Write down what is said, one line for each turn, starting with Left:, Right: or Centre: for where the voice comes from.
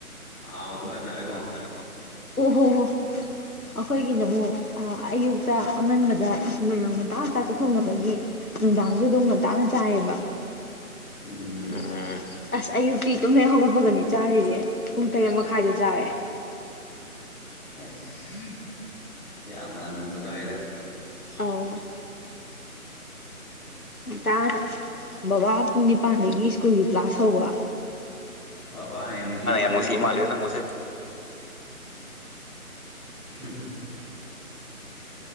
Centre: ꯍꯥꯎꯇꯕ ꯍꯥꯏꯇꯥꯔꯦꯀꯣ
Left: ꯇꯔꯦꯣ ꯑꯣ ꯍꯣ ꯍꯣ ꯑꯩꯈꯣꯏꯒꯤꯅꯕꯨꯛ ꯑꯌꯨꯛꯇ ꯑꯉꯟꯕꯗ ꯃꯌꯥꯝ ꯉꯟꯇꯥ ꯉꯇꯥ ꯆꯠꯊꯣꯛꯅꯕꯒꯤ ꯅꯨꯡꯗꯥꯡꯁꯨ ꯑꯗꯨꯝ ꯉꯇꯥꯥꯛꯅ ꯆꯥꯏꯌꯦꯕ
Centre: ꯎꯝ
Left: ꯎꯝ ꯑꯁ ꯑꯌꯨꯛꯇꯤ ꯇꯨꯍꯦꯟ ꯍꯧꯒꯠꯄꯒꯅꯤ ꯆꯥꯔꯤꯁꯦ ꯄꯨꯡ ꯇꯔꯦꯠ ꯃꯈꯥꯏꯗ ꯆꯥꯔꯦ
Centre: ꯑꯁ ꯌꯥꯝ ꯉꯟꯕ ꯆꯥꯏꯗ
Left: ꯑꯥꯎ
Centre: ꯎꯝ
Left: ꯇꯥ ꯕꯕꯥ ꯄꯨꯡ ꯅꯤꯄꯥꯟꯗꯒꯤ ꯁ꯭ꯀꯨꯜꯒꯤ ꯀ꯭ꯂꯥꯁ ꯍꯧꯕ
Centre: ꯕꯕꯥꯅ ꯌꯥꯝ ꯅꯨꯡꯁꯤ ꯃꯥꯜꯂꯦ
Left: ꯑꯅꯅꯣꯁꯤ
Centre: ꯅꯪꯕꯨꯁꯦ
Left: ꯃꯥꯂꯦ ꯅꯁꯦ
Centre: ꯍ